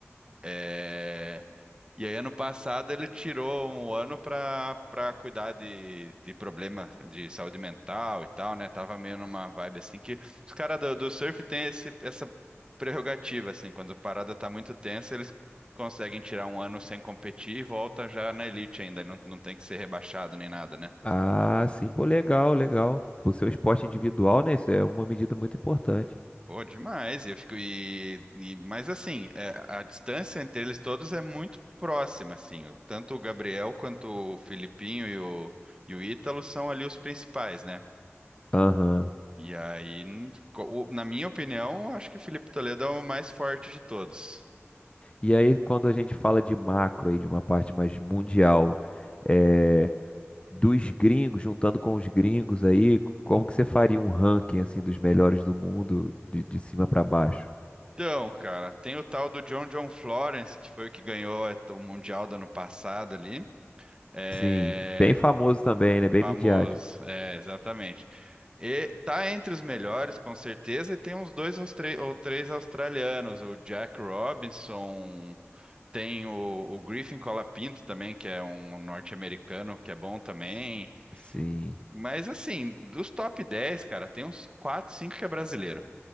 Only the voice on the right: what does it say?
É, E aí, ano passado, ele tirou um ano para para cuidar de, de problema de saúde mental e tal, né? Tava meio numa vibe assim que os caras do, do surf têm esse, essa prerrogativa, assim, quando a parada tá muito tensa, eles conseguem tirar um ano sem competir e volta já na elite ainda, não, não tem que ser rebaixado nem nada, né?
Pô, demais. E eu fico e, e- mas assim, é, a distância entre eles todos é muito próxima, assim. O- Tanto o Gabriel quanto o Filipinho e o, e o Ítalo são ali os principais, né?
E aí, n- co- o- na minha opinião, eu acho que o Felipe Toledo é o mais forte de todos.
Então, cara, tem o tal do John John Florence, que foi o que ganhou é, o Mundial do ano passado ali. É,
famoso,
é, exatamente. E tá entre os melhores, com certeza, e tem uns dois aos tre- ou três australianos, o Jack Robinson, tem o, o Griffin Colapinto também, que é um norte-americano, que é bom também.
Mas assim, dos top dez cara, tem uns 4 5 que é brasileiro.